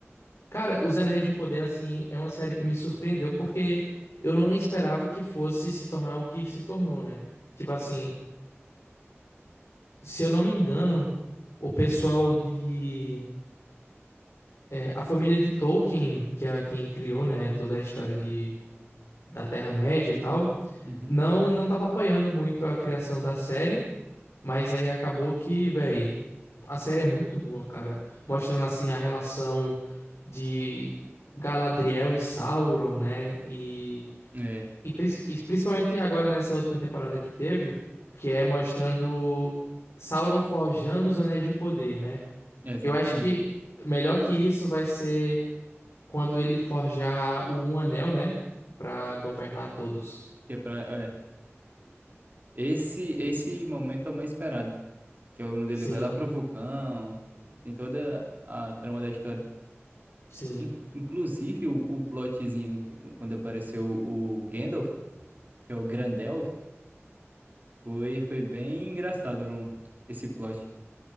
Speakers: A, on the left; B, on the right.
A: Cara, Os Anéis do Poder, assim, é uma série que me surpreendeu porque eu não esperava que fosse se tornar o que se tornou, né? Tipo assim, se eu não me engano, o pessoal de. é, a família de Tolkien, que é quem criou, né, toda a história de da Terra-média e tal,
B: Uhum.
A: não não tava apoiando muito a criação da série, mas aí acabou que, velho, a série é muito boa, cara, mostrando assim a relação de Galadriel e Sauron, né? E,
B: É,
A: e, princ- e principalmente agora nessa última temporada que teve, que é mostrando Sauron forjando os Anéis de Poder, né?
B: é exatamente.
A: Eu acho que melhor que isso vai ser quando ele forjar o Um Anel, né? Pra
B: Que,
A: governar todos.
B: que é pra, é, esse, esse momento é o mais esperado. que é onde
A: Sim,
B: ele vai lá pro vulcão, tem toda a trama da história.
A: sim.
B: Que, in- inclusive o, o plotzinho que, quando apareceu o Gandalf, que é o Grandelf, foi, foi bem engraçado no- esse plot.